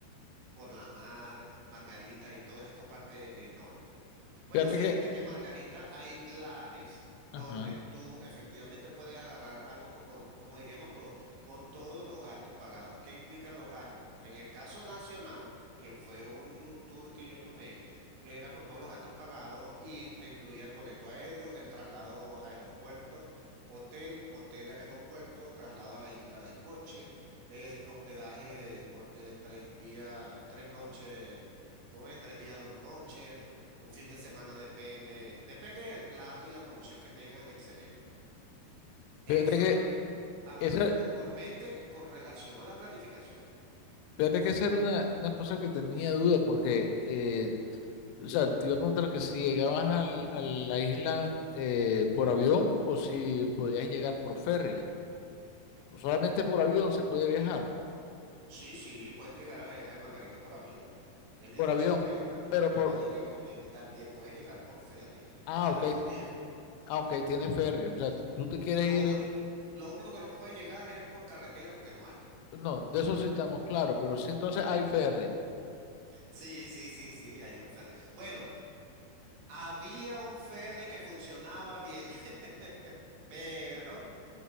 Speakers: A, on the right; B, on the left.
A: por la mar, Margarita y toda esta parte eh, norte. Bueno,
B: fíjate
A: fíjate
B: que,
A: que Margarita hay planes donde
B: ajá,
A: tú efectivamente puedes agarrar algo como, como diríamos todo, con todos los gastos pagados. ¿Qué implican los gastos? En el caso nacional, que fue un tour que yo tomé, era con todos los gastos pagados y te incluía el boleto aéreo, el traslado a aeropuerto, hotel, hotel a aeropuerto, traslado a la isla de coche eh, hospedaje por eh, tres días, tres noches, ¿cómo es? Tres días, dos noches, un fin de semana, depende, depende del plan y la promoción que tengan, excelente. Bueno, eso
B: fíjate que
A: eh, hablándote
B: esa,
A: puntualmente con relación a la planificación.
B: fíjate que esa era una, una cosa que tenía duda porque, eh, o sea, te iba a preguntar que si llegabas al- a la isla eh, por avión o si podías llegar por ferry. Solamente por avión se puede viajar,
A: Sí, sí, puedes llegar a la isla de Margarita por avión. Es bien
B: por avión,
A: chévere, de verdad,
B: pero
A: porque te
B: por,
A: vas directamente. También puedes llegar por ferry.
B: ah,
A: Están
B: ok,
A: las dos vías.
B: Ah, ok, tiene ferry. O sea, tú te quieres
A: Lo
B: ir. en-
A: único, lo único que no puede llegar es por carretera porque no hay. <laughs>
B: No, de eso sí estamos claros, pero sí, entonces hay ferry.
A: Sí, sí, sí, sí, hay un ferry. Bueno, Había un ferry que funcionaba bien, <laughs> pero